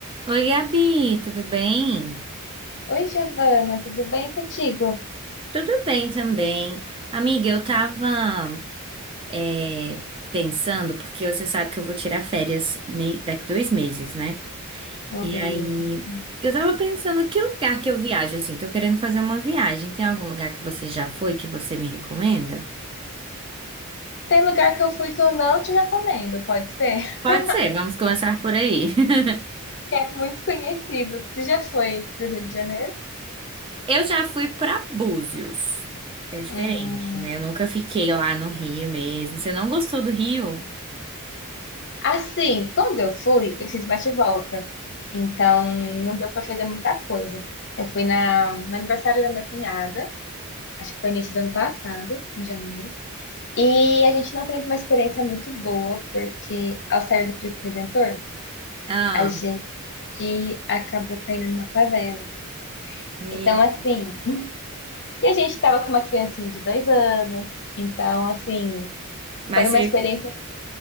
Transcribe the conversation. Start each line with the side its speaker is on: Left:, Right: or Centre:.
Right: Oi, Gabi, tudo bem?
Left: Oi, Giovana, tudo bem contigo?
Right: Tudo bem também. Amiga, eu tava é, pensando, porque você sabe que eu vou tirar férias mei- daqui dois meses, né?
Left: Oh,
Right: E
Left: beleza.
Right: aí,
Left: Hum.
Right: eu tava pensando que lugar que eu viajo, assim, tô querendo fazer uma viagem. Tem algum lugar que você já foi que você me recomenda?
Left: Tem lugar que eu fui que eu não te recomendo, pode ser? <laughs>
Right: Pode ser, vamos começar por aí. <laughs>
Left: Que é muito conhecido. Tu já foi pro Rio de Janeiro?
Right: Eu já fui pra Búzios, que é diferente,
Left: Hum.
Right: né? Eu nunca fiquei lá no Rio mesmo. Você não gostou do Rio?
Left: Assim, quando eu fui, eu fiz bate-volta. e volta. Então, não deu para fazer muita coisa. Eu fui na, no aniversário da minha cunhada, acho que foi início do ano passado, em janeiro. E a gente não teve uma experiência muito boa, porque ao sair do Cristo Redentor,
Right: Ah,
Left: a gente acabou caindo numa favela.
Right: meu.
Left: Então, assim, e a gente estava com uma criancinha de dois anos, então, assim,
Right: Mas
Left: foi uma
Right: você
Left: experiência.